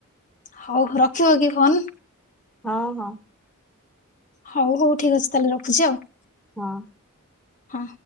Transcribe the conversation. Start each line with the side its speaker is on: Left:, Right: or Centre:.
Left: ହଉ ରଖିବ କି ଫୋନ୍?
Centre: ହଁ ହଁ।
Left: ହଉ ହଉ ଠିକ ଅଛି ତାହେଲେ ରଖୁଛି ଆଉ।
Centre: ହଁ।
Left: ହଁ,